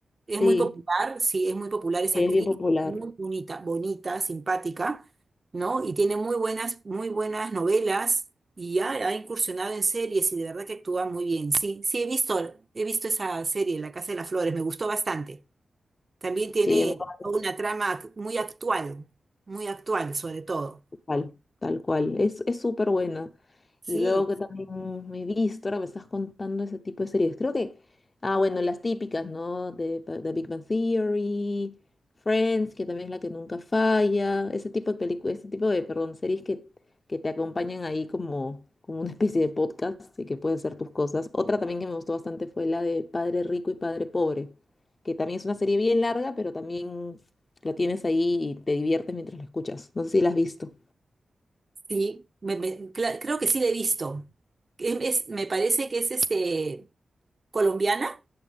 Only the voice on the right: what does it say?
es
muy popular, sí, es muy popular esa
actriz,
muy bonita, bonita, simpática, ¿no? Y tiene muy buenas, muy buenas novelas y ya ha incursionado en series y de verdad que actúa muy bien. Sí, sí, he visto, he visto esa serie, La Casa de las Flores, me gustó bastante. También tiene
una trama ac- muy actual, muy actual sobre todo.
Sí.
Sí, me- me- cla- creo que sí la he visto. Es- es- me parece que es este colombiana.